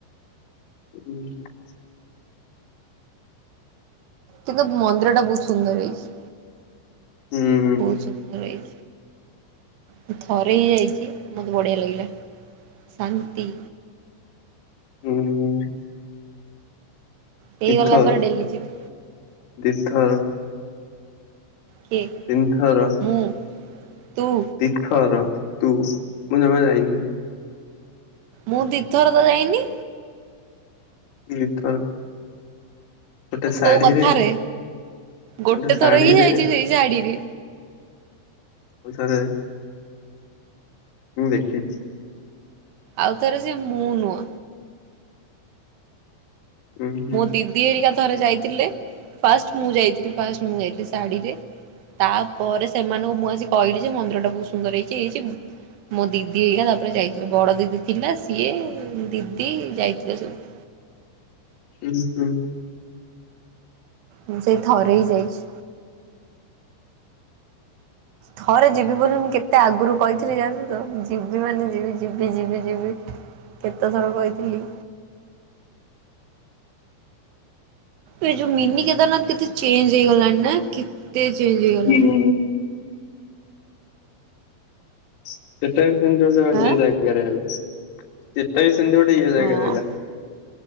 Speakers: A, on the left; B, on the right.
A: ହୁଁ ହୁଁ।
B: କିନ୍ତୁ ମନ୍ଦିର ଟା ବହୁତ ସୁନ୍ଦର ହେଇଛି।
A: ହୁଁ
B: ବହୁତ ସୁନ୍ଦର ହେଇ ମୁଁ ଥରେ ହି ଯାଇଛି ମୋତେ ବଢ଼ିଆ ଲାଗିଲା ଶାନ୍ତି।
A: ହୁଁ ହୁଁ।
B: ହେଇଗଲା
A: ଦିଥର
B: ପରେ ଡେଲି ଯିବି।
A: ଦିଥର।
B: କିଏ?
A: ତିନିଥର।
B: ମୁଁ ତୁ?
A: ଦିଥର ତୁ ମୁଁ ଜମା ଯାଇନି।
B: ମୁଁ ଦୀଥର ତ ଯାଇନି।
A: ଦି ଥର। ଗୋଟେ ଶାଢୀରେ
B: ତୋ କଥାରେ
A: ଗୋଟେ
B: ଗୋଟେ
A: ଶାଢୀରେ।
B: ଥର ହିଁ ଯାଇଛି ସେଇ ଶାଢୀରେ।
A: ଆଉ ଥରେ ମୁଁ ଦେଖିଛି।
B: ଆଉଥରେ ସେ ମୁଁ ନୁହଁ।
A: ଉଁ ହୁଁ
B: ମୋ ଦିଦି ହେରିକା ଥରେ ଯାଇଥିଲେ ଫାଷ୍ଟ ମୁଁ ଯାଇଥିଲି ଫାଷ୍ଟ ମୁଁ ଯାଇଥିଲି ଶାଢ଼ୀରେ। ତାପରେ ସେମାନଙ୍କୁ ମୁଁ ଆସି କହିଲି ଯେ ମନ୍ଦିର ଟା ବହୁତ ସୁନ୍ଦର ହେଇଛି ହେଇଛି। ମୋ ଦିଦି ହେଇରିକା ତାପରେ ଯାଇଥିଲେ ବଡ ଦିଦି ଥିଲା ସିଏ ଦିଦି ଯାଇଥିଲେ ସବୁ।
A: ହୁଁ ହୁଁ।
B: ମୁ ସେଇ ଥରେଇ ଯାଇଛି। ଥରେ ଯିବି ବୋଲି ମୁଁ କେତେ ଆଗରୁ କହିଥିଲି ଯାଣିଛୁ ତ ଯିବି ମାନେ ଯିବି ଯିବି ଯିବି ଯିବି କେତେଥର କହିଥିଲି। ଏ ଯୋଉ ମିନି କେଦାରନାଥ କେତେ ଚେଞ୍ଜ ହେଇଗଲାଣି ନା କେତେ ଚେଞ୍ଜ ହେଇଗଲାଣି।
A: ହୁଁ। ସେଟାବି ସେମନ୍ତି ଗୋଟେ ଇଏ
B: ଆଁ
A: ଜାଗାରେ ହେଲା ସେଟାବି ସେମନ୍ତି ଗୋଟେ ଇଏ ଜାଗାରେ
B: ହଁ।
A: ହେଲା।